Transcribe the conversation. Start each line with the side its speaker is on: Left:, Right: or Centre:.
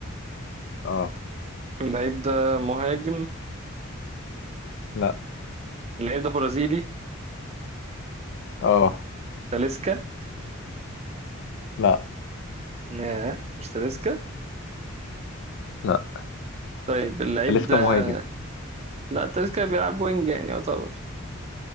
Left: اه
Right: اللعيب ده مهاجم
Left: لا
Right: اللعيب ده برازيلي
Left: اه
Right: تاليسكا
Left: لا
Right: لا مش تاليسكا
Left: لا
Right: طيب اللعيب
Left: لسه
Right: ده
Left: مهاجم
Right: لا تاليسكا بيلعب وينج يعني يعتبر